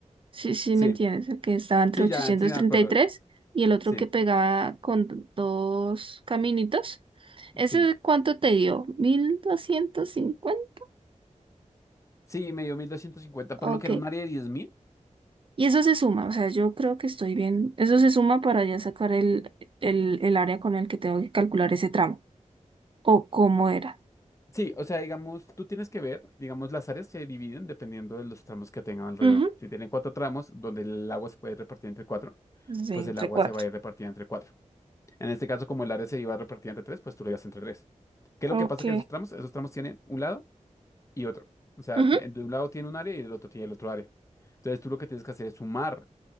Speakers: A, on the right; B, on the left.
A: Sí, sí,
B: Sí.
A: ¿me entiendes? El que estaba entre
B: Sí,
A: ochocientos
B: ya, sí, de
A: treinta
B: acuerdo.
A: y tres y el otro
B: Sí.
A: que pegaba con dos caminitos. ¿Ese
B: Sí,
A: cuánto te dio? Mil doscientos cincuenta,
B: sí, me dio 1250, por
A: Ok.
B: lo que era un área de 10.000.
A: Y eso se suma, o sea, yo creo que estoy bien. Eso se suma para ya sacar el, el, el área con el que tengo que calcular ese tramo. O cómo era.
B: Sí, o sea, digamos, tú tienes que ver, digamos, las áreas se dividen dependiendo de los tramos que tengan alrededor.
A: Ujú.
B: Si tienen cuatro tramos, donde el agua se puede repartir entre cuatro,
A: Sí,
B: pues
A: entre
B: el agua
A: cuatro.
B: se va a ir repartida entre cuatro. En este caso, como el área se iba a repartir entre tres, pues tú lo llevas entre tres. ¿Qué es lo que
A: Ok.
B: pasa que esos tramos? Esos tramos tienen un lado y otro. O sea,
A: Ujú.
B: te- de un lado tiene un área y del otro tiene el otro área. Entonces tú lo que tienes que hacer es sumar